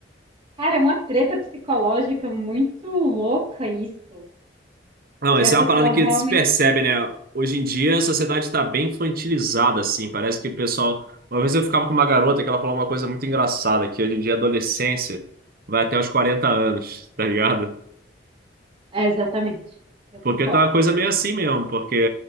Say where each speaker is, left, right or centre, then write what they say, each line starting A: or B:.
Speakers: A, on the right (about 30°); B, on the right (about 55°).
A: cara, é uma treta psicológica muito louca isso,
B: Não,
A: de
B: essa
A: a pessoa
B: é uma parada que
A: realmente.
B: se percebe, né? Hoje em dia a sociedade está bem infantilizada, assim. Parece que o pessoal. Uma vez eu ficava com uma garota que ela falou uma coisa muito engraçada, que hoje em dia a adolescência vai até os 40 anos, tá ligado?
A: É, exatamente, eu
B: Porque
A: concordo.
B: tá uma coisa meio assim mesmo, porque.